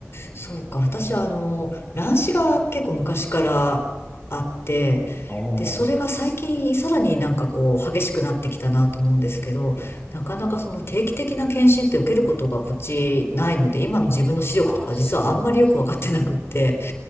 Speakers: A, on the left; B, on the left.
A: そうか。私は、あの、乱視が結構昔からあって、
B: おー
A: で、それが最近さらになんかこう激しくなってきたなと思うんですけど、なかなかその定期的な検診って受けることがこっちないので、今の自分の視力とか実はあんまりよくわかってなくって、
B: あー、そうです。